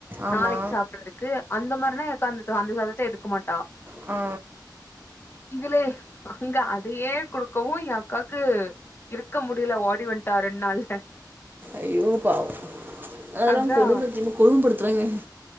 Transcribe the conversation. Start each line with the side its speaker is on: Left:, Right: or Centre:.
Right: ஆமா
Left: நாளைக்கு சாப்படுறதுக்கு அந்த மாதிரனா எங்க அக்கா அந்த சாதத்தை எடுக்க மாட்டா
Right: ஆ
Left: <inaudible> இதுல அங்க அதையே கொடுக்கவு என் அக்காக்கு இருக்க முடியல ஓடி வன் தார ரெண்டு நாள்ல
Right: ஐயோ பாவம் அதெல்லா
Left: அதா
Right: கொடும்ப <unintelligible> கொடுபடுத்துராங்க